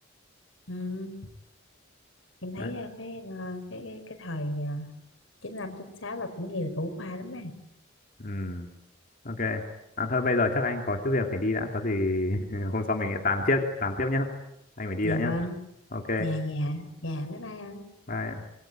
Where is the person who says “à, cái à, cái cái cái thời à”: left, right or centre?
Left